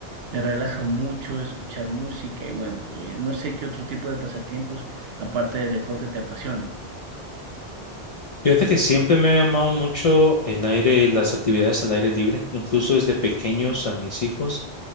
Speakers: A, on the right; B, on the left.
A: me relaja mucho escuchar música y bueno, eh, no sé qué otro tipo de pasatiempos aparte del deporte te apasionen.
B: Fíjate que siempre me ha llamado mucho el aire, las actividades al aire libre, incluso desde pequeños a mis hijos.